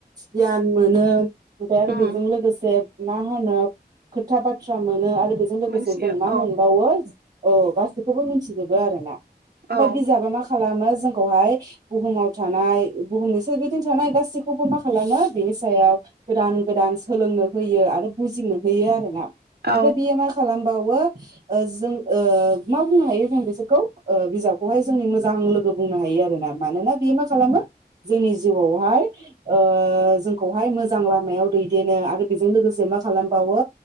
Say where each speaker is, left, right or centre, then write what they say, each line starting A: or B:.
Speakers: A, on the right (about 45°); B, on the right (about 65°).
A: गियान मोनो ओमफ्राय आरो
B: उम
A: बेजों लोगोसे मा होनो खोथा बाथ्रा मोनो आरो। बेजों लोगोसे
B: मोनथियो
A: जों मा
B: औ
A: मोनबावो औ गासैखौबो मिथिजोबो आरो ना। ओमफाय
B: औ
A: बिजाबा मा खालामो जों खौहाय बुहुमाव थानाय बुहुमनि सोरगिदिं थानाय गाससिखौबो मा खालामो बिनि सायाव गोदान गोदान सोलोंनो होयो आरो बुजिनो होयो आरो ओमफाय
B: औ
A: बियो मा खालामबावो ओ जों ओ मा बुंनो हायो जों बिसोरखौ बिजाबखौहाय जोंनि मोजां लोगो बुंनो हायो आरोना मानोना बे मा खालामो जोंनि जिउआवहाय ओ जोंखौहाय मोजां लामायाव दैदेनो आरो बेजों लोगोसे मा खालामबावो